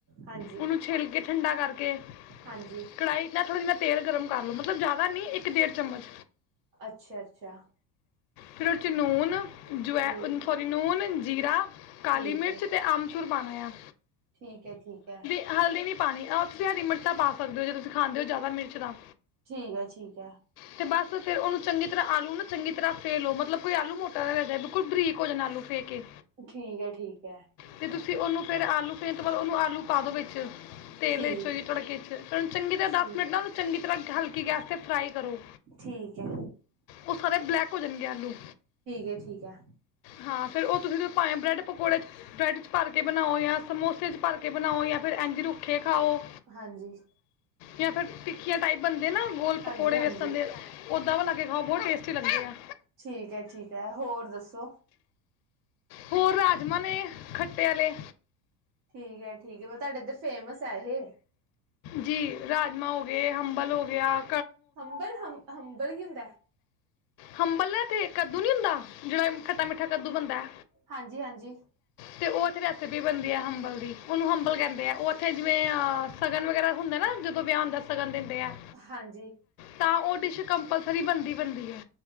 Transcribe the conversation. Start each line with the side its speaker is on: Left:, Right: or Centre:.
Right: ਹਾਂਜੀ
Left: ਓਨੂੰ ਛਿੱਲ ਕੇ ਠੰਡਾ ਕਰਕੇ,
Right: ਹਾਂਜੀ
Left: ਕੜਾਈ ਨਾਲ ਥੋੜਾ ਜੇਆ ਤੇਲ ਗਰਮ ਕਰ ਲੋ ਮਤਲਬ ਜ਼ਾਦਾ ਨਈਂ ਇੱਕ ਡੇਢ ਚਮਚ
Right: ਅੱਛਿਆ-ਅੱਛਿਆ।
Left: ਫੇਰ ਓਦੇ ਚ ਨੂੰਨ, ਜੁਵੈ
Right: ਠੀਕ
Left: ਸੋਰੀ ਨੂੰਨ ਜੀਰਾ ਕਾਲੀ
Right: ਠੀਕ
Left: ਮਿਰਚ
Right: ਹੈ
Left: ਤੇ ਆਮਚੂਰ ਪਾਣਾ ਏਆ।
Right: ਠੀਕ ਐ, ਠੀਕ ਐ।
Left: ਹਲਦੀ ਨੀ ਪਾਨੀ ਅ ਤੁਸੀਂ ਹਰੀ ਮਿਰਚਾਂ ਪਾ ਸਕਦੇ ਓ ਜੇ ਤੁਸੀਂ ਖਾਂਦੇ ਓ ਜ਼ਾਦਾ ਮਿਰਚ ਤਾਂ
Right: ਠੀਕ ਐ, ਠੀਕ ਐ।
Left: ਤੇ ਬਸ ਫੇਰ ਓਨੂੰ ਚੰਗੀ ਤ ਜਿਸ ਤਰਾਂ ਆਲੂ ਨਾ ਚੰਗੀ ਤਰਾ ਫੇ ਲੋ ਮਤਲਬ ਕੋਈ ਆਲੂ ਮੋਟਾ ਨਾ ਰੈ ਜਾਏ ਬਿਲਕੁਲ ਬਰੀਕ ਹੋ ਜਾਣ ਆਲੂ ਫੇ ਕੇ
Right: ਠੀਕ ਐ, ਠੀਕ ਐ।
Left: ਤੇ ਤੁਸੀਂ ਓਨੂੰ ਫੇਰ ਆਲੂ ਫੇਣ ਤੋਂ ਬਾਦ ਓਨੂੰ ਆਲੂ ਪਾ ਦੋ ਵਿੱਚ ਤੇਲ
Right: ਠੀਕ
Left: ਵਿੱਚੋ ਜੀ
Right: ਹੈ
Left: ਤੜਕੇ ਚ ਓਨੂੰ ਚੰਗੀ ਤਰਾਂ
Right: ਠੀਕ
Left: ਦਸ ਮਿੰਟ ਨਾ ਓਨੂੰ ਚੰਗੀ ਤਰਾਂ ਹਲਕੀ ਗੈਸ ਤੇ ਫਰਾਈ ਕਰੋ।
Right: ਠੀਕ ਐ।
Left: ਓ ਸਾਰੇ ਬਲੈਕ ਹੋ ਜਾਣਗੇ ਆਲੂ
Right: ਹੈ ਠੀਕ ਹੈ
Left: ਹਾਂ ਫੇਰ ਓ ਤੁਸੀਂ ਤੇ ਭਾਵੇਂ ਬਰੈੱਡ ਪਕੌੜੇ ਚ ਬਰੈਡ ਚ ਭਰ ਕੇ ਬਣਾਓ ਯਾ ਸਮੋਸੇ ਚ ਭਰ ਕੇ ਬਣਾਓ ਯਾ ਫੇਰ ਐਂਝ ਰੁੱਖੇ ਖਾਓ।
Right: ਹਾਂਜੀ।
Left: ਯਾਂ ਫੇਰ ਟਿੱਕੀਆਂ ਟਾਈਪ ਬਣਦੇ ਐ ਨਾ ਗੋਲ
Right: ਹਾਂਜੀ
Left: ਪਕੌੜੇ
Right: ਹਾਂਜੀ
Left: ਵੇਸਣ ਦੇ ਓਦਾਂ ਬਣਾ ਕੇ ਖਾਓ ਬੋਹ ਟੇਸਟੀ ਲੱਗਦੇ ਆ।
Right: ਠੀਕ ਐ ਠੀਕ ਐ, ਹੋਰ ਦੱਸੋ?
Left: ਹੋਰ ਰਾਜਮਾ ਨੇ ਖੱਟੇ ਆਲੇ।
Right: ਠੀਕ ਐ ਠੀਕ ਐ, ਮ ਤਾਡੇ ਏਦਰ ਫੇਮਸ ਐ ਏਹ?
Left: ਜੀ, ਰਾਜਮਾ ਹੋ ਗਏ ਹੰਬਲ ਹੋ ਗਿਆ।
Right: ਹੰਬਲ ਹਮ ਹੰਬਲ ਕੀ ਹੁੰਦੈ?
Left: ਹੰਬਲ ਨਾ ਏਥੇ ਕੱਦੂ ਨੀ ਹੁੰਦਾ, ਜੇੜਾ ਖੱਟਾ ਮਿੱਠਾ ਕੱਦੂ ਬਣਦੈ
Right: ਹਾਂਜੀ-ਹਾਂਜੀ।
Left: ਤੇ ਓ ਓਥੇ ਰੈਸਿਪੀ ਬਣਦੀ ਐ ਹੰਬਲ ਦੀ ਓਨੂੰ ਹੰਬਲ ਕੈਂਦੇ ਆ, ਓ ਓਥੇ ਜਿਵੇਂ ਅ ਸ਼ਗਨ ਵਗੈਰਾ ਹੁੰਦਾ ਐ ਨਾ, ਜਦੋਂ ਵਿਆਹ ਹੁੰਦਾ ਸਗਨ ਦਿੰਦੇ ਐ।
Right: ਹਾਂਜੀ।
Left: ਤਾਂ ਓ ਡਿਸ਼ ਕੰਪਲਸਰੀ ਬਣਦੀ-ਬਣਦੀ ਐ।